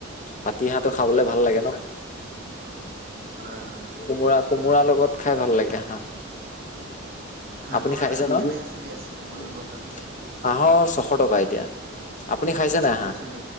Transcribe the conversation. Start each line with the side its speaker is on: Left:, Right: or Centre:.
Left: পাতিহাঁহটো খাবলে
Right: পাতি
Left: ভাল লাগে ন।
Right: হয় হয়।
Left: কোমোৰা কোমোৰা লগত খাই ভাল লাগে হাঁহ।
Right: হাঁহৰ
Left: আপুনি খাইছে
Right: দাম
Left: ন?
Right: কেনে চলি আছে তোমালোকৰ
Left: <inaudible>
Right: ফালে
Left: হাঁহৰ ছশ টকা এতিয়া, আপুনি খাইছে
Right: ছশ
Left: নাই হাঁহ?
Right: চলি